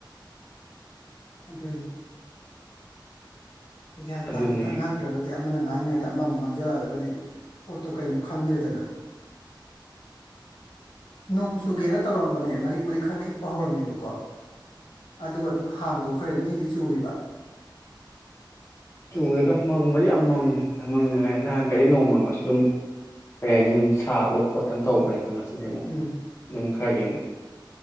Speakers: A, on the left (about 80°); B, on the left (about 30°).
A: ꯑꯗꯨꯅꯤ ꯒ꯭ꯌꯥꯟ
B: ꯑꯗꯨꯅꯤ
A: ꯇꯥꯅ ꯇ ꯉꯥꯡꯗ꯭ꯔꯒꯗꯤ ꯑꯃꯅ ꯉꯥꯡꯉꯤꯉꯥꯏ ꯗ ꯑꯃꯃꯨꯛ ꯉꯥꯡꯖꯜꯂꯛ ꯑꯗꯤ ꯑꯈꫭꯏꯗꯤ ꯄꯣꯠꯇꯣ ꯀꯩꯅꯣ ꯈꯪꯗ꯭ꯔꯦꯗꯅ ꯅꯣꯡ ꯆꯨꯒꯦꯅ ꯇꯧꯔꯝꯕꯅꯦ ꯃꯔꯤꯛ ꯃꯔꯤꯛ ꯈꯔ ꯈꯤꯛꯄ ꯍꯧꯔꯝꯃꯤꯕ ꯕꯨꯀꫭ ꯑꯗꯨꯒ ꯑꯗꯨꯝ ꯍꯥꯡꯗꯣꯛꯈ꯭ꯔꯦ ꯅꯣꯏꯗꯤ ꯆꯨꯔꯤꯕ
B: ꯆꯨꯗꯦꯗ ꯃꯪꯕꯗꯤ ꯌꯥꯝ ꯃꯪꯉꯤ ꯌꯥꯝ ꯃꯪꯉꯦ ꯍꯥꯏ ꯅꯍꯥꯟꯈꯩꯗꯤ ꯅꯣꯡ ꯃꯪꯉꯁꯨ ꯑꯗꯨꯝ ꯀꯔꯤ ꯍꯥꯏꯅꯤ ꯑꯗꯨꯝ ꯁꯥꯗꯅ ꯈꯣꯠꯇꯅ ꯇꯧꯕꯅꯦ ꯑꯗꯨ ꯉꯁ ꯗꯤꯃꯨꯛ
A: ꯎꯝ
B: ꯅꯨꯡ ꯈꯔ ꯏꯪꯉꯦ